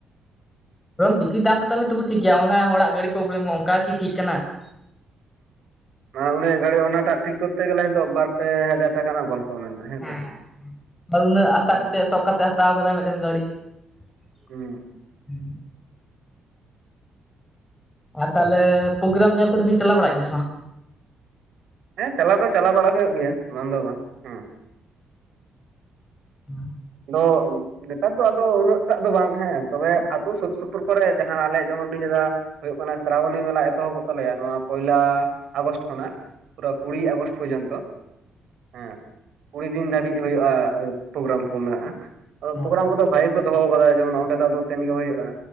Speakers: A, on the left; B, on the right.
A: ᱵᱤᱥᱤ ᱫᱟᱢ ᱦᱟᱛᱟᱣ ᱢᱮ ᱛᱚᱵᱮ ᱴᱷᱤᱠ ᱜᱮᱭᱟ ᱚᱱᱟ ᱦᱚᱲᱟᱜ ᱜᱟᱹᱰᱤ ᱯᱨᱚᱵᱽᱞᱮᱢᱚᱜ ᱚᱱᱠᱟᱜᱤ ᱴᱷᱤᱠ ᱠᱟᱱᱟ ᱾
B: ᱦᱩᱸ ᱩᱱᱤᱭᱟᱜ ᱜᱟᱹᱰᱤ ᱚᱱᱟᱴᱟᱜ ᱴᱷᱤᱠ ᱠᱚᱨᱛᱮ ᱜᱮᱞᱟ ᱱᱤᱛᱚᱜ ᱵᱟᱨ ᱯᱮ ᱦᱟᱡᱟᱨ ᱴᱟᱠᱟ ᱨᱮᱱᱟᱜ ᱜᱚᱞᱯᱚ᱾ ᱢᱮᱱᱟᱜᱼᱟ ᱦᱮᱸ
A: ᱦᱮᱸ
B: ᱥᱮ ᱵᱟᱝ
A: ᱟᱨ ᱩᱱᱟᱹᱜ ᱟᱥᱟ
B: ᱛᱟᱦᱚᱞᱮ
A: ᱠᱟᱛᱮᱜ ᱥᱚᱜ ᱠᱟᱛᱮᱜ ᱦᱟᱛᱟᱣ ᱠᱟᱫᱟᱭ ᱢᱤᱫᱴᱮᱱ ᱜᱟᱹᱲᱤ᱾ <inaudible>
B: ᱦᱩᱸ
A: ᱟᱨ ᱛᱟᱦᱞᱮ ᱯᱨᱳᱜᱨᱟᱢ ᱧᱮᱞ ᱠᱚᱫᱚ ᱵᱤᱱ ᱪᱟᱞᱟᱣ ᱵᱟᱲᱟᱜ ᱜᱮᱭᱟ ᱥᱮ ᱵᱟᱝ?
B: ᱦᱮᱸ ᱪᱟᱞᱟᱣ ᱫᱚ ᱪᱟᱞᱟᱣ ᱵᱟᱲᱟ ᱦᱩᱭᱩᱜ ᱜᱮᱭᱟ ᱵᱟᱝ ᱫᱚ ᱵᱟᱝ᱾ ᱦᱮᱸ
A: <inaudible>
B: ᱟᱫᱚ ᱱᱮᱛᱟᱨ ᱫᱚ ᱟᱫᱚ ᱩᱱᱟᱹᱜ ᱴᱟᱜ ᱫᱚ ᱵᱟᱝ ᱦᱮᱸ ᱛᱚᱵᱮ ᱟᱹᱛᱩ ᱥᱩᱨ ᱥᱩᱯᱩᱨ ᱠᱚᱨᱮ ᱡᱟᱦᱟᱸ ᱟᱞᱮ ᱡᱮᱢᱚᱱ ᱱᱤᱭᱟᱹ ᱫᱷᱟᱣ ᱦᱩᱭᱩᱜ ᱠᱟᱱᱟ ᱥᱨᱟᱵᱚᱱᱤ ᱢᱮᱞᱟ ᱮᱛᱚᱦᱚᱵᱚᱜ ᱛᱟᱞᱮᱭᱟ ᱱᱚᱣᱟ ᱯᱚᱭᱞᱟ ᱟᱜᱚᱥᱴ ᱠᱷᱚᱱᱟᱜ᱾ ᱯᱩᱨᱟᱹ ᱠᱩᱲᱤ ᱟᱜᱚᱥᱴ ᱯᱚᱨᱡᱚᱱ ᱛᱚ᱾ ᱦᱮᱸ ᱠᱩᱲᱤ ᱫᱤᱱ ᱫᱷᱟᱹᱵᱤᱡ ᱦᱩᱭᱩᱜᱼᱟ ᱯᱨᱳᱜᱨᱟᱢ ᱠᱚ ᱢᱮᱱᱟᱜᱼᱟ
A: ᱚ
B: ᱯᱨᱳᱜᱨᱟᱢ ᱠᱚᱫᱚ ᱵᱷᱟᱭ ᱫᱚᱦᱚ ᱠᱟᱫᱟ ᱡᱮᱢᱚᱱ ᱚᱸᱰᱮ ᱫᱚ ᱟᱫᱚ ᱥᱮᱱ ᱜᱮ ᱦᱩᱭᱩᱜᱼᱟ᱾